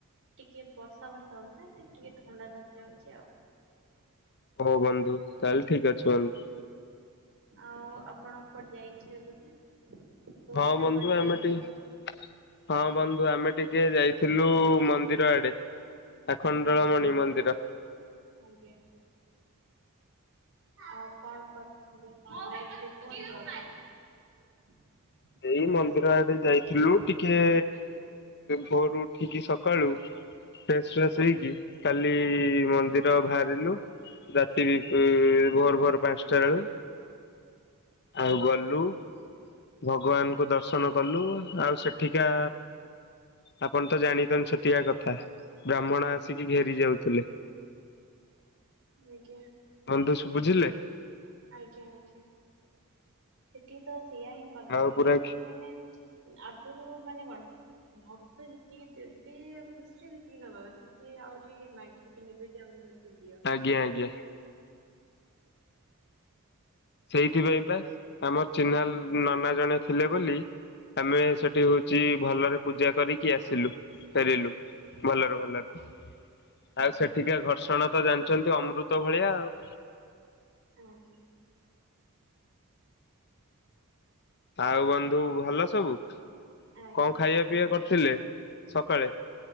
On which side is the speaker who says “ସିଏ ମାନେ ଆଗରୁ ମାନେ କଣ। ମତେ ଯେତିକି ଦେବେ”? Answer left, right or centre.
Right